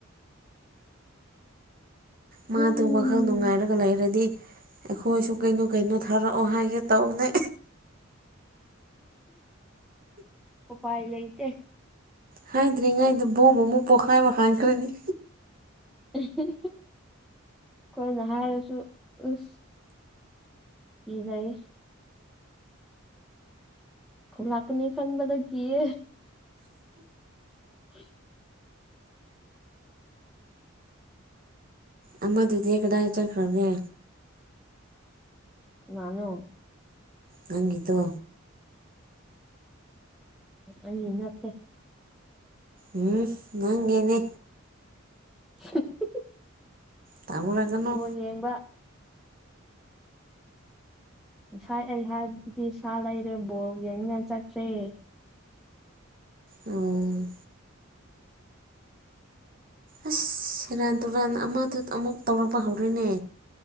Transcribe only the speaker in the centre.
ꯎꯝ
ꯎꯄꯥꯏ ꯂꯩꯇꯦ
ꯑꯩꯈꯣꯏꯅ ꯍꯥꯏꯔꯁꯨ ꯑꯁ ꯀꯤꯖꯩ ꯈꯨꯟ ꯂꯥꯛꯀꯅꯤ ꯈꯟꯕꯗ ꯀꯤꯌꯦ <unintelligible>
ꯀꯅꯥꯅꯣ
ꯑꯩꯒꯤ ꯅꯠꯇꯦ
<unintelligible>
ꯕꯣꯜ ꯌꯦꯡꯕ ꯉꯁꯥꯏ ꯑꯩ ꯍꯥꯏꯕꯗꯨꯗꯤ ꯁꯥ ꯂꯩꯔꯦ ꯕꯣꯜ ꯌꯦꯡꯃꯤꯟꯅ ꯆꯠꯈ꯭ꯔꯦ